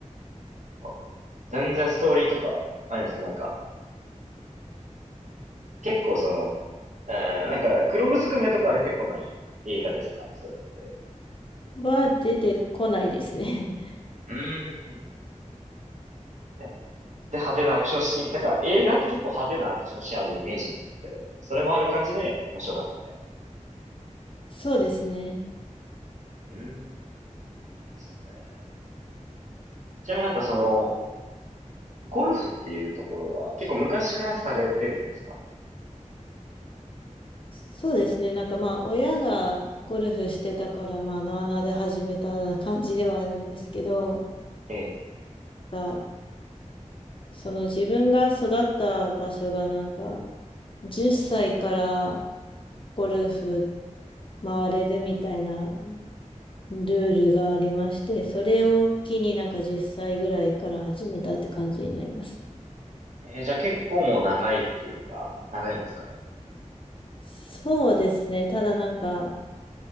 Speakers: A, on the right; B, on the left.
A: なんか全然ストーリーとかあるんですけど、なんか結構その、うん、なんか、黒ずくめとか出てこない映画ですかそうやって。
B: は出てこないですね。<laughs>
A: うんねで、派手なアクションシーン、なんか映画って結構派手なアクションシーンあるイメージなんですけど、それもある感じで面白かったみたい。
B: そうですね。
A: うん。いいですね。ちなみになんかその、ゴルフっていうところは結構昔からされてるんですか
B: そうですね。なんかまあ、親がゴルフしてたから、まあ、なあなあで始めた感じではあるんですけど、
A: ええ。
B: が、その自分が育った場所がなんか、10歳からゴルフ回れるみたいなルールがありまして、それを機になんか10歳ぐらいから始めたって感じになりますね。
A: えーじゃあ結構もう長いっていうか、長いんですかね。
B: そうですね。ただなんか、